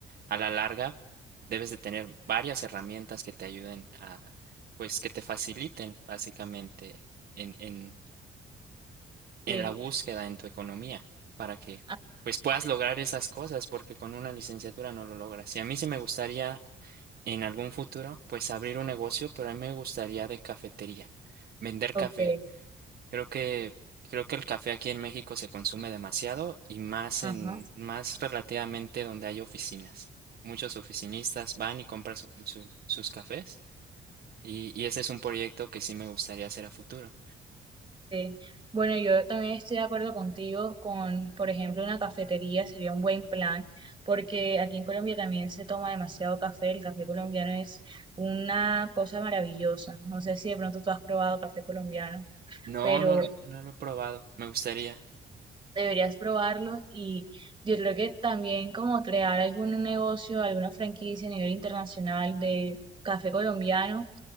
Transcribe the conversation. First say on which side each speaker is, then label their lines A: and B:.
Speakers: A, on the right; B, on the right.
A: a la larga debes de tener varias herramientas que te ayuden a, pues, que te faciliten básicamente en, en, en
B: Sí.
A: la búsqueda en tu economía para que,
B: Ah,
A: pues, puedas lograr esas cosas, porque con una licenciatura no lo logras. Y a mí sí me gustaría en algún futuro, pues, abrir un negocio, pero a mí me gustaría de cafetería, vender
B: ok.
A: café. Creo que, creo que el café aquí en México se consume demasiado y más
B: Ajá.
A: en, más relativamente donde hay oficinas. Muchos oficinistas van y compran su- su- sus cafés y, y ese es un proyecto que sí me gustaría hacer a futuro.
B: Sí. Bueno, yo también estoy de acuerdo contigo con, por ejemplo, una cafetería sería un buen plan, porque aquí en Colombia también se toma demasiado café. El café colombiano es una cosa maravillosa. No sé si de pronto tú has probado café colombiano,
A: No,
B: pero
A: no, l- no lo he probado, me gustaría.
B: deberías probarlo y yo creo que también como crear algún negocio, alguna franquicia a nivel internacional de café colombiano